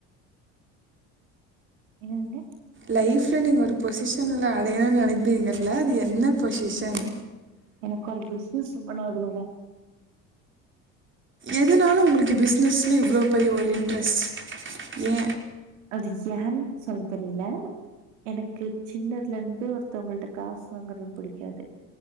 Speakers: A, on the right; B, on the right.
A: என்னதுங்க
B: லைஃப்ல நீங்க ஒரு பொசிஷன்ல அடையணுனு நெனப்பீங்கல்ல அது என்ன பொசிஷன்
A: எனக்கு ஒரு பிசினஸ் உமன் ஆகனுங்க
B: எதுனால உங்களுக்கு பிசினஸ்ல இவ்ளோ பெரிய ஒரு இன்ட்ரெஸ் ஏ
A: அது ஏனு சொல்லத் தெரியல எனக்கு சின்னதுலருந்து ஒருத்தவங்கள்ட்ட காசு வாங்கறது புடிக்காது